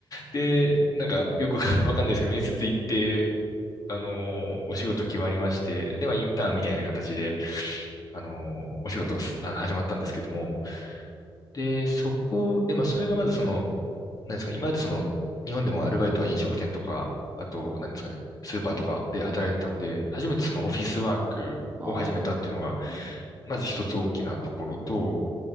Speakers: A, on the left; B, on the right.
A: で、なんか、よく <laughs> わかんないですけど、面接行って、あのーお仕事決まりまして、で、まあ、インターンみたいな形で、あのーお仕事をすあの、始まったんですけども、で、そこ、で、まあ、それがまずその、なんですか、今までその、日本でもアルバイトは飲食店とか、あと、なんですかね、スーパーとかで働いてたので、初めてそのオフィスワークを始めたっていうのが、
B: ああ、なるほど。うん。
A: まず一つ大きなところと、